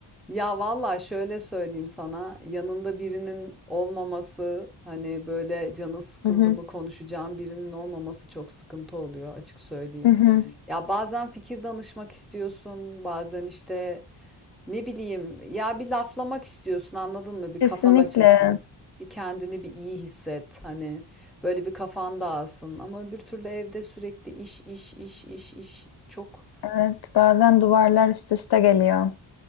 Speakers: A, in the centre; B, on the left.
A: Ya valla şöyle söyleyeyim sana yanında birinin olmaması hani böyle canı sıkıldı
B: Hı hı.
A: mı konuşacağım birinin olmaması çok sıkıntı oluyor açık söyleyeyim.
B: Hı hı.
A: Ya bazen fikir danışmak istiyorsun bazen işte ne bileyim ya bir laflamak istiyorsun anladın mı bir
B: Kesinlikle.
A: kafan açılsın. Bir kendini bir iyi hisset hani böyle bir kafan dağılsın ama öbür türlü evde sürekli iş iş iş iş iş çok
B: Evet, bazen duvarlar üst üste geliyor.